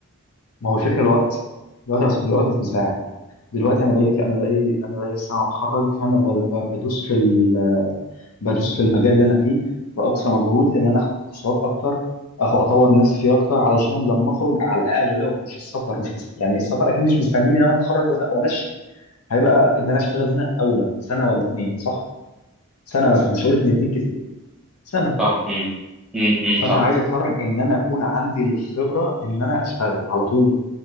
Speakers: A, on the left; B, in the centre.
A: ما هو الفكره الوقت الوقت الوقت مش مساعد دلوقتي انا بقالي انا بقالي انا بقالي سنه اتخرج فانا ب- ب- بدوس في ال- بدوس في المجال اللي انا فيه باقصى مجهود ان انا اخد كورسات اكتر اخو اطور نفسي فيه اكتر علشان لما اخرج على الاقل لو مش السفر مش مست... يعني السفر اكيد مش مستنيني ان انا اتخرج وأنا- وامشي هيبقى ان انا اشتغل هنا اولى سنه ولا اتنين صح سنه مثلا مش هقول اتنين اتنين كتير سنه
B: صح امم امم امم،
A: فانا
B: صح
A: عايز اتخرج ان انا اكون عندي الخبره ان انا اشتغل على طول